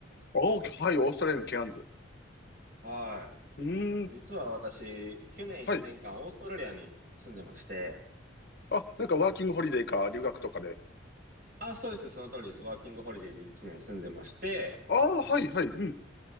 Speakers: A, on the left; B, on the right.
A: お、はい。オーストラリアのケアンズ。
B: は
A: うーん。
B: い。実は私、去年1年間オーストラリアに住んでまして、
A: はい。あ、なんかワーキングホリデーか留学とかで。
B: あ、そうです、その通りです。ワーキングホリデーで1年住んでまして、
A: ああ、はい、はい。うん。